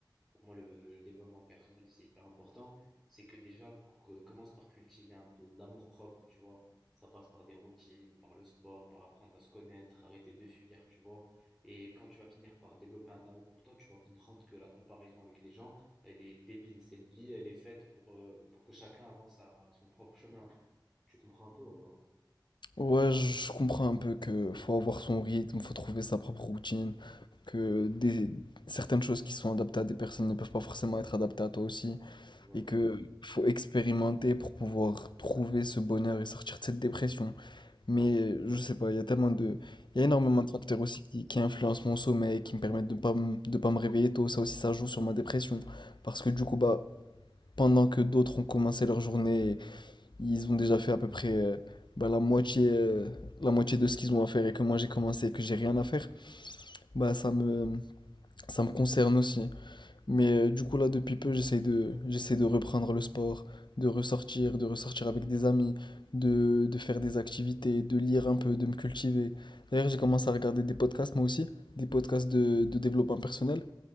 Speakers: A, in the centre; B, on the left.
A: pour moi, le, le développement personnel, c'est hyper important. C'est que déjà, que- commence par cultiver un peu de l'amour-propre, tu vois. Ça passe par des routines, par le sport, par apprendre à se connaître, arrêter de fuir, tu vois. Et quand tu vas finir par développer un amour pour toi, tu vas comprendre que la comparaison avec les gens, elle est débile. Cette vie, elle est faite pour, euh, pour que chacun avance à son propre chemin. Tu comprends un peu ou pas?
B: Ouais, je je comprends un peu que faut avoir son rythme, faut trouver sa propre routine, que des... certaines choses qui sont adaptées à des personnes ne peuvent pas forcément être adaptées à toi aussi,
A: Exactement.
B: et que faut expérimenter pour pouvoir trouver ce bonheur et sortir de cette dépression. Mais je sais pas, il y a tellement de... Il y a énormément de facteurs aussi qui, qui influencent mon sommeil, qui me permettent de pas m- de pas me réveiller tôt. Ça aussi, ça joue sur ma dépression. Parce que du coup, bah, pendant que d'autres ont commencé leur journée Ils ont déjà fait à peu près euh, bah, la moitié, euh, la moitié de ce qu'ils ont à faire et que moi j'ai commencé et que j'ai rien à faire, bah ça me, ça me concerne aussi. Mais euh, du coup là depuis peu j'essaye de, j'essaie de reprendre le sport, de ressortir, de ressortir avec des amis, de, de faire des activités, de lire un peu, de me cultiver. D'ailleurs j'ai commencé à regarder des podcasts moi aussi, des podcasts de, de développement personnel.